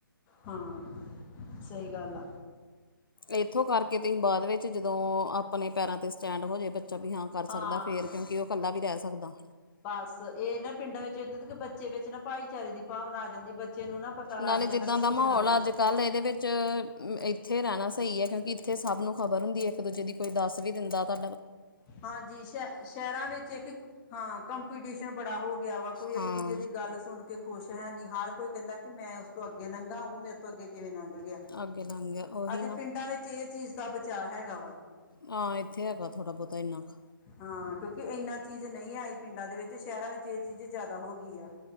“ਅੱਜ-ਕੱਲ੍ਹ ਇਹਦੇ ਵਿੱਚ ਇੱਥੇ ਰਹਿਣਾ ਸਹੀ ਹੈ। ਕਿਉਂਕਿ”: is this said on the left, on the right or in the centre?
Left